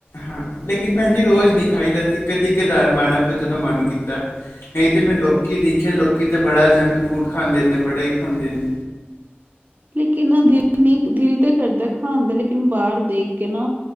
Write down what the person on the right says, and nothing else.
ਲੇਕਿਨ ਨ ਦਿਲ ਨੀ ਦਿਲ ਤਾਂ ਕਰਦਾ ਖਾਣ ਦਾ ਲੇਕਿਨ ਬਾਰ ਦੇਖ ਕੇ ਨਾ